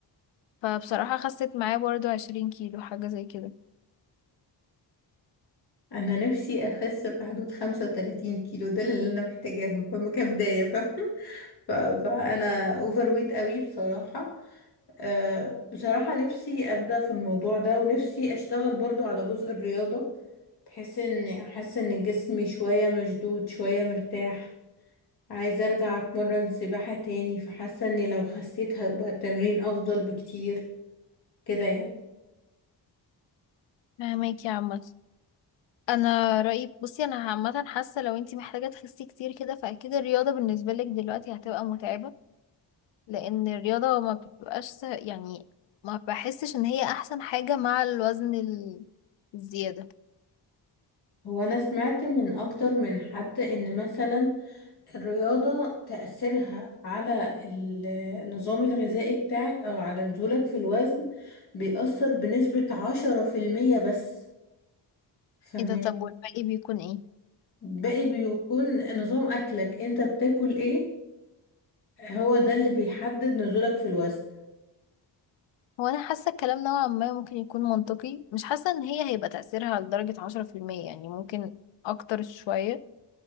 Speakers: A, on the left; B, on the left.
A: فبصراحة خست معاه برضو عشرين كيلو حاجة زي كده
B: انا نفسي اخس في حدود 35 كيلو دول اللي انا محتاجاهم فما كبداية فاهمة ف- فانا اوفر ويت قوي بصراحة أه بصراحة نفسي ابدأ في الموضوع ده ونفسي اشتغل برضو على جزء الرياضة بحيث ان احس ان جسمي شوية مشدود شوية مرتاح عايزة ارجع اتمرن سباحة تاني فحاسة اني لو خسيت هيبقى التمرين افضل بكتير كده يعني
A: فهماكي يا عامة انا رأيي بصي انا عامة حاسة لو انتي محتاجة تخسي كتير كده فاكيد الرياضة بالنسبة لك دلوقتي هتبقى متعبة لان الرياضة ما بتبقاش س- يعني ما بحسش ان هي احسن حاجة مع الوزن ال- الزيادة
B: هو انا سمعت من اكتر من حد ان مثلا الرياضة تأثيرها على ال- النظام الغذائي بتاعك او على نزولك في الوزن بيأثر بنسبة عشرة في المية بس فاهمين
A: ايه ده طب والباقي بيكون ايه
B: باقي بيكون نظام اكلك انت بتاكل ايه هو ده اللي بيحدد نزولك في الوزن
A: هو انا حاسة الكلام نوعا ما ممكن يكون منطقي مش حاسة ان هي هيبقى تأثيرها لدرجة عشرة في المية يعني ممكن اكتر شوية